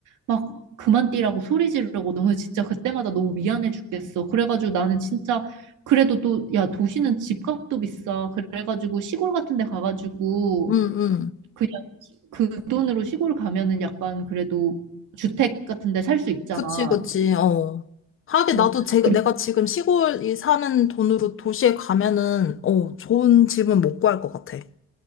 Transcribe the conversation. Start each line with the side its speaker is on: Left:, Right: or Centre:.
Right: 막 그만 뛰라고 소리 지르고 너무 진짜 그때마다 너무 미안해 죽겠어. 그래가지고 나는 진짜 그래도 또, 야, 도시는 집값도 비싸. 그래가지고 시골 같은 데 가가지고
Left: 음, 음.
Right: 그냥 시- 그 돈으로 시골 가면은 약간 그래도 주택 같은 데 살 수 있잖아.
Left: 그치, 그치, 어. 하긴
Right: 뭐
Left: 나도 제,
Right: 그리
Left: 내가 지금 시골이 사는 돈으로 도시에 가면은, 어, 좋은 집은 못 구할 것 같아.